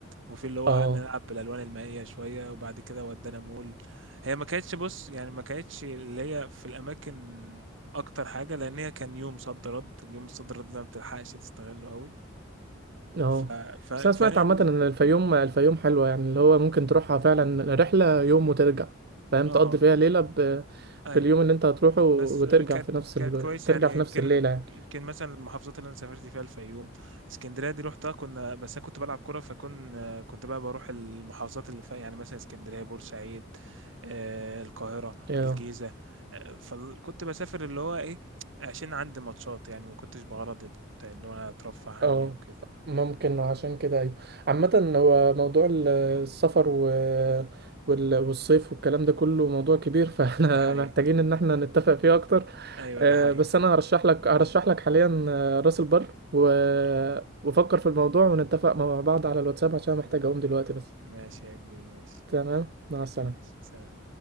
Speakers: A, on the right (about 70°); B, on the right (about 50°).
A: وفي اللي هو
B: اه
A: قعدنا نلعب بالالوان المائيه شويه وبعد كده ودانا مول هي ما كانتش بص يعني ما كانتش اللي هي في الاماكن اكتر حاجه لان هي كان يوم صد رد اليوم الصد رد ده ما بتلحقش تستغله قوي
B: اه
A: ف... ف...
B: بس انا
A: فهي
B: سمعت عامة ان الفيوم الفيوم حلوة يعني اللي هو ممكن تروحها فعلا رحلة يوم وترجع فاهم
A: اه
B: تقضي فيها ليلة ب...
A: ايوه
B: باليوم اللي انت هتروحه وترجع
A: بس آه، كانت
B: في نفس
A: كانت
B: ال...
A: كويس
B: ترجع
A: يعني
B: في
A: يمكن
B: نفس الليلة يعني
A: يمكن مثلا المحافظات اللي انا سافرت فيها الفيوم اسكندريه دي روحتها كنا بس انا كنت بلعب كوره فكن آه، كنت بقى بروح المحافظات اللي فيها يعني مثلا اسكندريه بورسعيد آه، القاهره
B: اه
A: الجيزه آه، فكنت بسافر اللي هو ايه عشان عندي ماتشات يعني ما كنتش بغرض اللي هو انا اترفه عني
B: اه
A: او كده
B: ممكن عشان كده ايوه عامة هو موضوع ال- السفر و... وال... والصيف والكلام ده كله موضوع كبير فاحنا
A: ده حقيقي
B: <laughs> محتاجين ان احنا نتفق فيه اكتر
A: ايوه
B: آه،
A: ده حقيقي
B: بس انا هرشح لك هرشح لك حاليا آه، راس البر و...
A: آه.
B: وفكر في الموضوع ونتفق مع بعض على الواتساب عشان
A: م-
B: محتاج اقوم دلوقتي بس
A: ماشي يا كبير ماشي
B: تمام مع السلامة
A: ماشي سلام